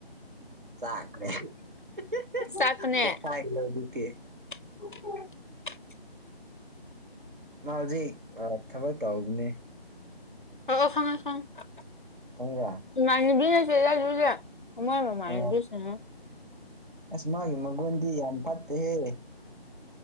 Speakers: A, on the right (about 55°); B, on the left (about 55°).
A: ꯆꯥꯛꯈ꯭ꯔꯦ ꯍꯤ ꯍꯤ ꯍꯤ
B: ꯆꯥꯛꯄꯅꯦ
A: ꯄꯣꯈꯥꯏꯗꯧꯔꯤ ꯀꯦ
B: <inaudible>
A: ꯃꯥꯗꯤ ꯑꯥ ꯊꯕꯛ ꯇꯧꯕꯅꯦ
B: ꯑꯣ ꯑꯣ ꯈꯪꯑꯦ ꯈꯪꯑꯦ
A: ꯈꯪꯕ꯭ꯔꯥ
B: ꯏꯃꯥꯟꯕꯤ ꯅꯠꯇꯦꯗꯥ ꯗꯨꯗꯤ ꯑꯣ ꯃꯣꯏ ꯃꯃꯥꯥꯟꯅꯕꯤꯁꯤꯅ
A: ꯑ ꯑꯁ ꯃꯥꯒꯤ ꯃꯒꯨꯟꯗꯤ ꯌꯥꯝ ꯐꯠꯇꯦꯍꯦ